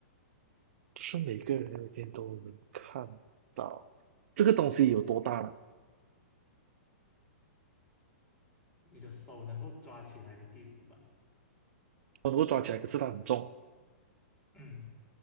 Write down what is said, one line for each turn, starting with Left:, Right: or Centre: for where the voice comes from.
Right: 不是每个人每天都能看到。这个东西有多大呢？
Left: 你的手能够抓起来的地步吧，
Right: 我能够抓起来，可是它很重。
Left: 嗯